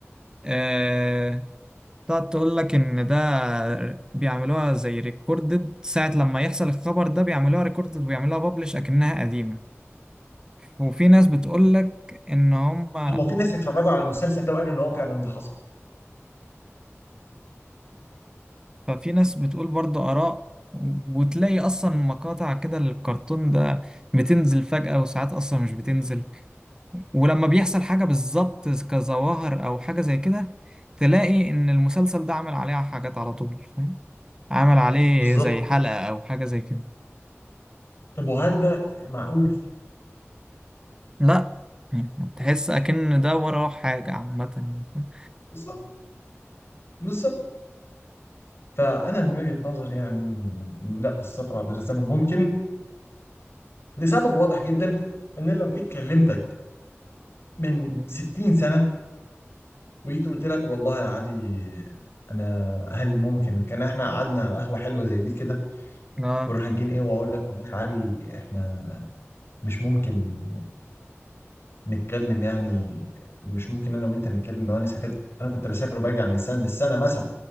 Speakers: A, on the right (about 15°); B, on the left (about 55°).
A: آه... بتقعد تقول لك ان ده بيعملوها زي ريكوردد ساعة لما يحصل الخبر ده بيعملوها ريكوردد ويعملوها بابلش اكنها قديمة وفي ناس بتقول لك ان هم ف...
B: ما في ناس اتفرجوا على المسلسل ده وقالوا ان هو فعلا ده حصل
A: ففي ناس بتقول برضه آراء وتلاقي اصلا مقاطع كده للكرتون ده بتنزل فجأة وساعات اصلا مش بتنزل ولما بيحصل حاجة بالظبط كظواهر أو حاجة زي كده تلاقي إن المسلسل ده عمل عليه حاجات على طول فاهم عمل عليه
B: بالظبط
A: زي حلقة أو حاجة زي كده
B: طب وهل ده معقول؟
A: لا يعني تحس أكن ده وراه حاجة عامة يعني
B: بالظبط بالظبط فأنا من وجهة نظري يعني إن لا السفر عبر الزمن ممكن لسبب واضح جدا إن لو جيت كلمتك من
A: فاهم؟
B: 60 سنة وجيت قلت لك والله يا علي أنا هل ممكن كان إحنا قعدنا على قهوة حلوة زي دي كده
A: لا
B: ورحنا جين إيه وأقول لك والله يا علي إحنا مش ممكن نتكلم يعني مش ممكن أنا وأنت نتكلم لو أنا سافرت أنا كنت بسافر وبرجع من السنة للسنة مثلا